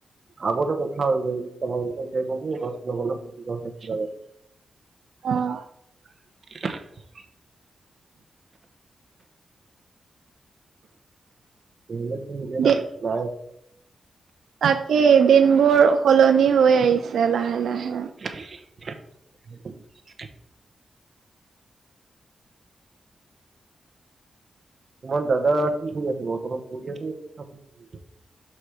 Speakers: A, on the right (about 45°); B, on the right (about 85°).
A: আগ গোতে কথা যায় প। <unintelligible>
B: অ',
A: <inaudible> ইলে দি <unintelligible> ন গ ন
B: দে
A: ন
B: তাকেই দিনবোৰ সলনি হৈ আহিছে লাহে - লাহে।
A: <inaudible> তোমাৰ দাদা আৰু কি কৰি আছে বৰ্তমান আছে।